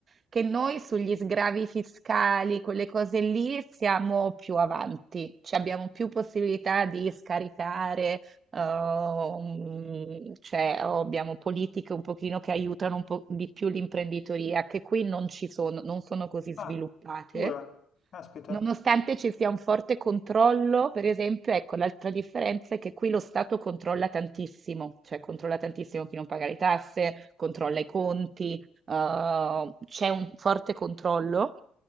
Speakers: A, on the right; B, on the left.
A: che noi sugli sgravi fiscali, quelle cose lì, siamo più avanti, cioè abbiamo più possibilità di scaricare, ehm, cioè o abbiamo politiche un pochino che aiutano un po' di più l'imprenditoria, che qui non ci sono, non sono così sviluppate.
B: Ah, dura, caspita.
A: Nonostante ci sia un forte controllo, per esempio, ecco, l'altra differenza è che qui lo Stato controlla tantissimo, cioè controlla tantissimo chi non paga le tasse, controlla i conti, eh, c'è un forte controllo,